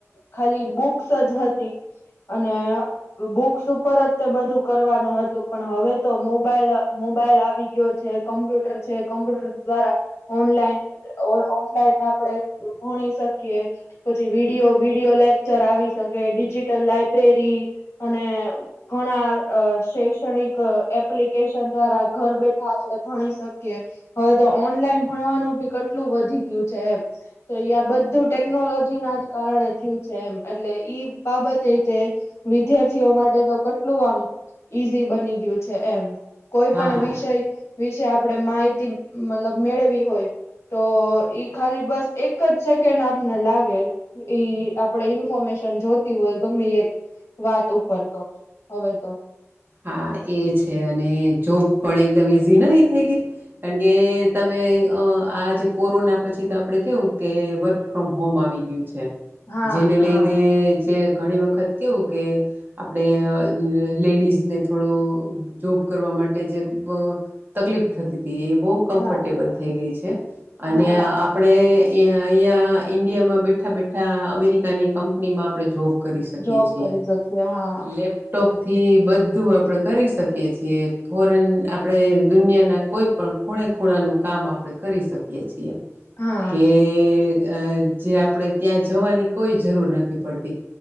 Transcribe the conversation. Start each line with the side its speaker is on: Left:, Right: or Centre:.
Left: ખાલી બુક્સ જ હતી. અને બુક્સ ઉપર જ તે બધું કરવાનું હતું પણ હવે તો મોબાઈલ મોબાઈલ આવી ગયો છે કોમ્પ્યુટર છે કોમ્પ્યુટર દ્વારા ઓનલાઈન ઓનલાઈન આપડે ભણી શકીએ પછી વિડીયો વિડીયો લેકચર આવી શકી ડિજિટલ લાયબ્રેરી અને ઘણા અ શૈક્ષણિક એપ્લિકેશન દ્વારા ઘર બેઠા આપડે ભણી શકીએ હવે તો ઓનલાઈન ભણવાનું ભી કટલું વધી ગયું તો બધું ટેકનોલોજી ના જ કારણે થયું છે એમ એટલે ઈ બાબત તે વિદ્યાર્થીઓ માટે તો કેટલું આમ ઈઝી બની ગયું છે એમ કોઈ
Right: હા
Left: પણ વિષય વિશે આપડે માહિતી મતલબ મેળવી હોય તો ઈ ખાલી બસ એક જ સેકન્ડ આપને લાગે ઈ આપડે ઇન્ફોર્મેશ જોતી હોય ગમે એક વાત ઉપર તો હવે તો
Right: હા એ છે અને જોબ પણ એકદમ ઈઝી નથીહી થઈ ગઈ કારણ કે તમે આ જે કોરોના પછી આપે કેવું કે વર્ક ફ્રોમ હોમ આવી ગયું છે
Left: હા
Right: જેને
Left: હા
Right: લીધે જે ઘણી વખત કેવું કે આપણેે લેડીઝ ને થોડું જોબ કરવા માટે જે તકલીફ થતી થી એ બહુ કમ્ફર્ટેબલ
Left: હા
Right: થઈ ગઈ છે અને
Left: હા
Right: આપણે એં અહીંયા ઇન્ડિયામાં બેઠા બેઠા અમેરિકાની કંપનીમાં આપણે જોબ કરી શકી
Left: જોબ
Right: છી
Left: કરી શકીએ હા
Right: લેપટોપ થી બધું આપડે કરી શકીએ છીએ ફોરેન આપણે દુનિયા ના કોઈ પણ ખૂણે ખૂણાનું નુ કામ આપણે કરી શકીએ છીએ
Left: હા
Right: કે અ જે આપણે ત્યાં જવાની કોઈ જરૂર નથી પડતી